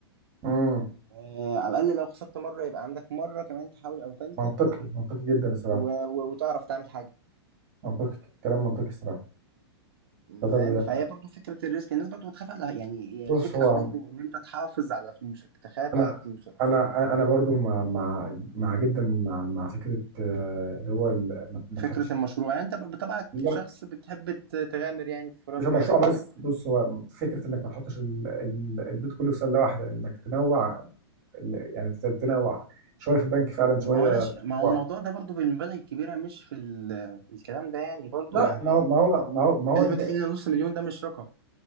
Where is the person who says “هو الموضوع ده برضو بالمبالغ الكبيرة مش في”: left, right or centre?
Right